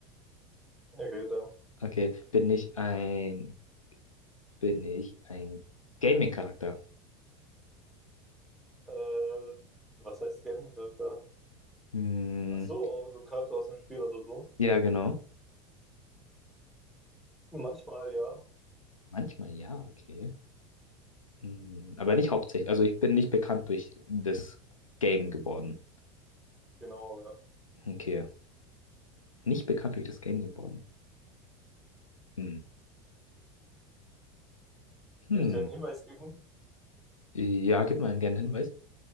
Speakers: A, in the centre; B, on the left.
A: Na gut, äh,
B: Okay. Bin ich ein... Bin ich ein Gaming-Charakter?
A: äh, was heißt Gaming-Charakter?
B: Hm,
A: Ach so, so ein Charakter aus dem Spiel oder so.
B: ja, genau.
A: Manchmal, ja.
B: Manchmal ja, okay. Hm, Aber nicht hauptsächlich. Also ich bin nicht bekannt durch das Game geworden.
A: Genau, ja.
B: Okay. Nicht bekannt durch das Game geworden. Hm. Hm.
A: Soll ich dir einen Hinweis geben?
B: Ja, gib mal einen gerne Hinweis.